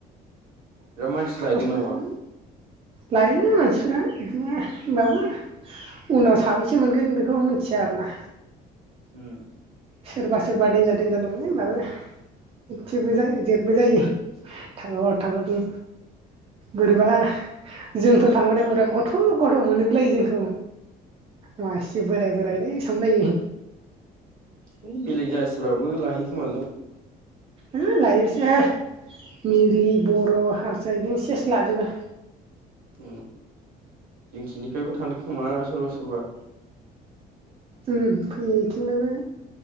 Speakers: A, on the right; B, on the right.
A: बिरात मानसि
B: खस्थ'
A: लाहैदों नामा?
B: लायोलै मानसिफ्रा बिदिनो होनबाबो उनाव साबैसे मोनगोन बेखौ मोनथि या आरो ना?
A: उम
B: सोरबा सोरबा देनजार देनजार दङ'लै होमबाबो इसेबो जायै जेबो जायै। थागर थागरनो। बोरैबा जोंफोर थांबाथाय बोरैबा गथ' गथ' मोनजोबलायो जोंखौ। मा इसे बोराय बोरायलै सानगुलायो।
A: है बेलेग जाथिफ्राबो लाहैयो खोमालै ना
B: है लायोसै मिरि बर' हारसा इदिनो सेस लाजोबो।
A: उम जोंथिनिफ्रायबो थांदों खोमा सोरबा सोरबा?
B: उम फैयो इथिंनिबो